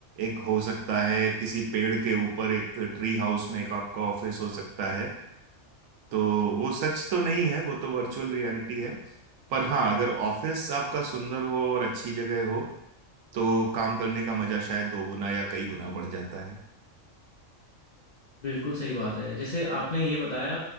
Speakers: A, on the right; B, on the left.
A: एक हो सकता है किसी पेड़ के ऊपर एक ट्री हाउस में एक आपका ऑफिस हो सकता है तो वो सच तो नहीं है वो तो वर्चुअल रियलिटी है पर हाँ अगर ऑफिस आपका सुंदर हो और अच्छी जगह हो तो काम करने का मजा शायद दो गुना या कई गुना बढ़ जाता है
B: बिल्कुल सही बात है जैसे आपने ये बताया